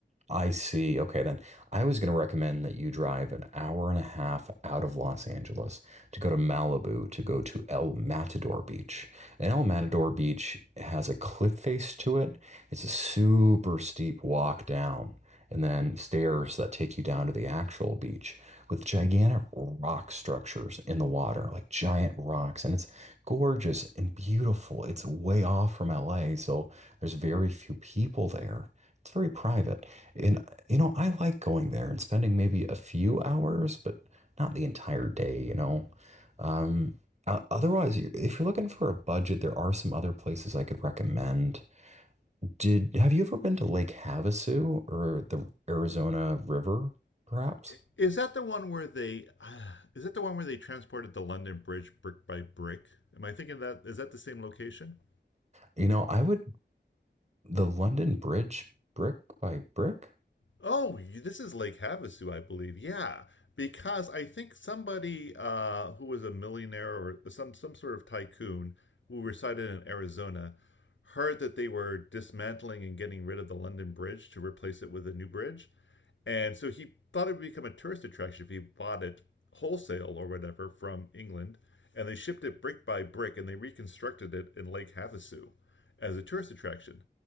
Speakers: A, on the right; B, on the left.
A: I see. Okay, then I was going to recommend that you drive an hour and a half out of Los Angeles to go to Malibu to go to El Matador Beach. And El Matador Beach has a cliff face to it. It's a super steep walk down and then stairs that take you down to the actual beach with gigantic rock structures in the water, like giant rocks. And it's gorgeous and beautiful. It's way off from LA, so there's very few people there. It's very private. And you know, I like going there and spending maybe a few hours, but not the entire day, you know. Um, o- otherwise, you- if you're looking for a budget, there are some other places I could recommend. Did have you ever been to Lake Havasu or the Arizona River, perhaps?
B: I- Is that the one where they uh, is that the one where they transported the London Bridge brick by brick? Am I thinking that is that the same location?
A: You know, I would the London Bridge, brick by brick.
B: Oh, this is Lake Havasu, I believe. Yeah, because I think somebody uh, who was a millionaire or some some sort of tycoon who resided in Arizona heard that they were dismantling and getting rid of the London Bridge to replace it with a new bridge, and so he thought it would become a tourist attraction if he bought it wholesale or whatever from England, and they shipped it brick by brick and they reconstructed it in Lake Havasu as a tourist attraction.